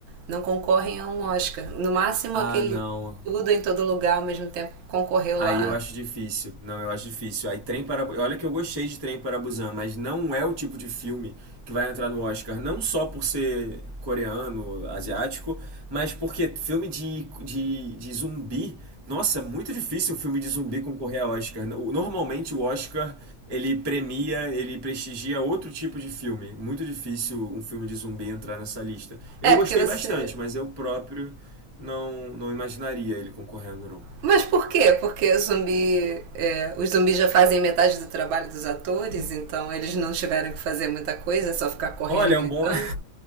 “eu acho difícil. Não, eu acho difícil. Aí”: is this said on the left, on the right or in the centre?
Right